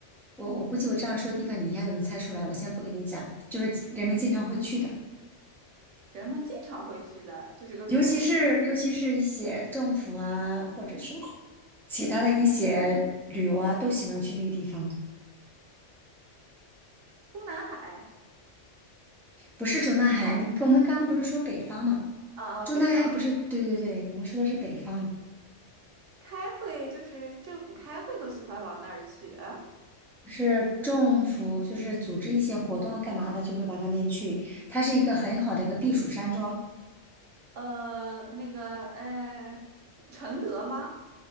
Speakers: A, in the centre; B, on the right (about 75°).
A: 我我估计我这样说地方你一下就能猜出来。我先不跟你讲，就是人们经常会去的，
B: 人们经常会去的，就是个旅游地
A: 尤其是尤其是一些政府啊，或者是其他的一些旅游啊，都喜欢去那个地方。
B: 中南海，
A: 不是中南海，你我们刚刚不是说北方嘛？
B: 啊、
A: 中南海不是，
B: 北方
A: 对对对，我们说的是北方。
B: 开会就是政府开会都喜欢往那儿去。
A: 是政府就是组织一些活动啊干嘛的，就会往那边去。它是一个很好的一个避暑山庄，
B: 呃，那个呃，承德吗？